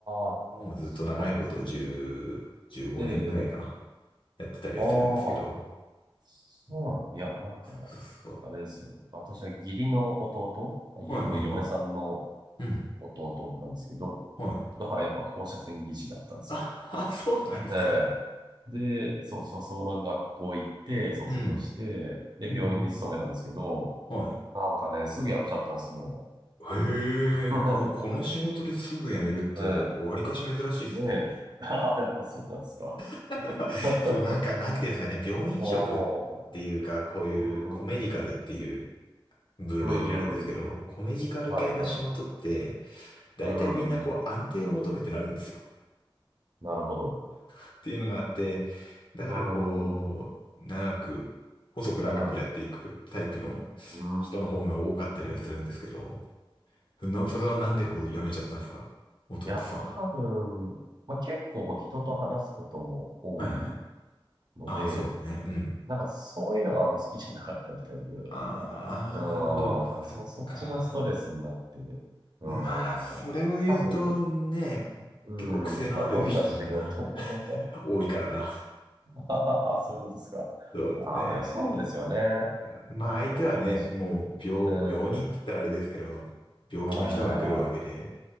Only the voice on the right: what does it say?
あ、
そうなんですね。
ええ
ああ、あ、そうなんいや、なんか、
あれですよ。私は義理の弟、まあいや今、
嫁さんの
弟なんですけど、
がはやっぱ放射線技師だったんですよ。
ええで、そうそう、その学校行って、卒業して、
で、
病院に勤めたんですけど、
なんかね、すぐ辞めちゃったんですよ。
<laughs>
え
えねえ。<laughs> あやっぱそうなんですか。
<laughs>
あ
あ、
うん、
うんうん、
はい、はい。
うん、なるほど。
うん、は
い。うーん。
あ、
そうなんですね。いや、多分、まあ、結構こう人と話すことも多い
ので、
なんかそういうのがあんま好きじゃなかったみたいで、
うん、
なんかそ、
そっちがストレスになって、う
ん、多分、
うん、
まあどんな仕事も
<laughs> あそういうことですか。
ああ、でもそうですよね。
なんか、お年寄り、
うん、
は
いは